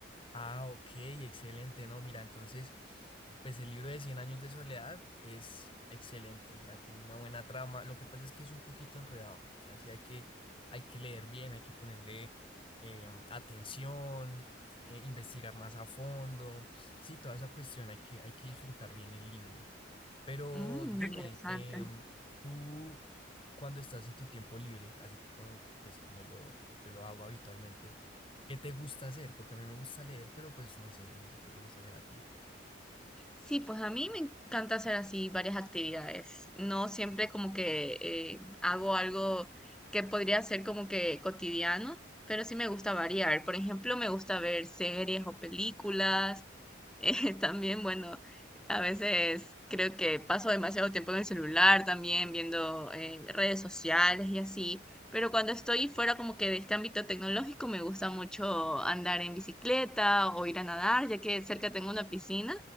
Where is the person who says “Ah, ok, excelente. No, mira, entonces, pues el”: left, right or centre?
Left